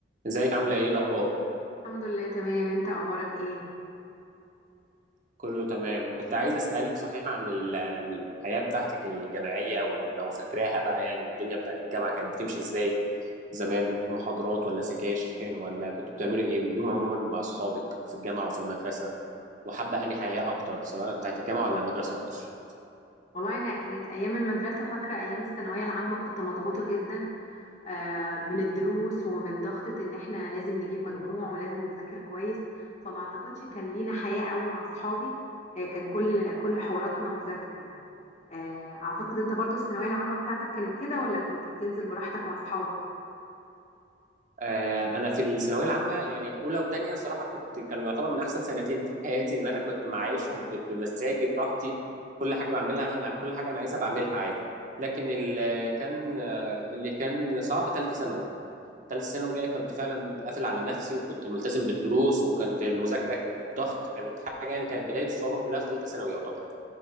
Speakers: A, on the right; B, on the left.
A: ازيك عاملة ايه الأخبار؟
B: الحمد لله تمام انت اخبارك ايه
A: كله تمام كنت عايز أسألك صحيح عن ال- الحياة بتاعتك الجامعية ولو فاكراها بقى يعني والدنيا بتاعت الجامعة كانت بتمشي ازاي زمان محاضرات ولا سكاشن ولا كنتوا بتعملوا ايه واليوم عموما مع أصحابك في الجامعة وفي المدرسة وحابة أنهي حياة أكتر سواء بتاعت الجامعة ولا المدرسة أكتر؟
B: والله انا كانت ايام المدرسه فاكره ايام الثانويه العامه كنت مضغوطه جدا آه، من الدروس ومن ضغطه ان احنا لازم نجيب مجموع ولازم نذاكر كويس فما اعتقدش كان لينا حياه قوي مع اصحابي آه، كان كل كل حواراتنا مذاكره يعني آه، اعتقد انت برضو الثانويه العامه بتاعتك كانت كده ولا كنت بتنزل براحتك مع اصحابك
A: آه، انا في الثانويه العامه يعني اولى وثانيه صراحه كنت كانوا يعتبر من احسن سنتين في حياتي ان انا كنت معايشهم ب- بمزاجي براحتي كل حاجه بعملها انا كل حاجه انا عايزها بعملها عادي لكن اللي كان آه، اللي كان صعب ثالثه ثانوي ثالثه ثانوي بقى كنت فعلا قافل على نفسي وكنت ملتزم بالدروس وكانت المذاكره والضغط كانت حاجه يعني كانت بدايه الصعوبه كلها في ثالثه ثانوي يعتبر